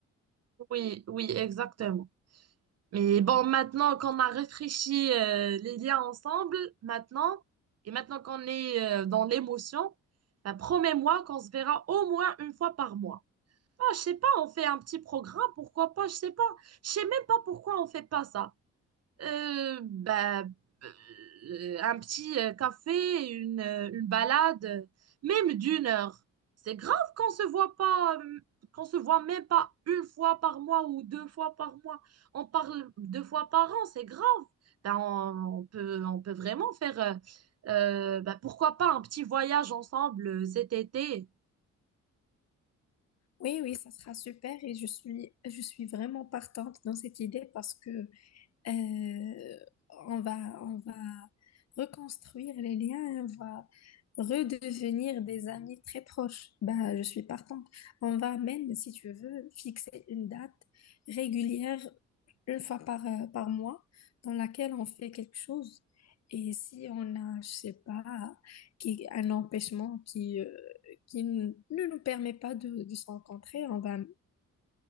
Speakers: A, on the right (about 55°); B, on the left (about 60°).
A: oui, oui, exactement. Mais bon, maintenant qu'on a réfléchi euh, les liens ensemble, maintenant, et maintenant qu'on est euh, dans l'émotion, ben, promets-moi qu'on se verra au moins une fois par mois. Ah, je sais pas, on fait un petit programme, pourquoi pas, je sais pas. Je sais même pas pourquoi on fait pas ça. Euh, bah, euh, un petit euh, café, une, euh, une balade, euh, même d'une heure. C'est grave qu'on se voit pas, euh, qu'on se voit même pas une fois par mois ou deux fois par mois. On parle deux fois par an, c'est grave. Ben, on, on peut, on peut vraiment faire, euh, euh, ben, pourquoi pas un petit voyage ensemble euh, cet été.
B: Oui, oui, ça sera super et je suis, je suis vraiment partante dans cette idée parce que Euh, on va, on va reconstruire les liens, on va redevenir des amis très proches. Bah, je suis partante. On va même, si tu veux, fixer une date régulière une fois par, euh, par mois dans laquelle on fait quelque chose. Et si on a, je sais pas, qui, un empêchement qui, euh, qui n- ne nous permet pas de, de se rencontrer, on va,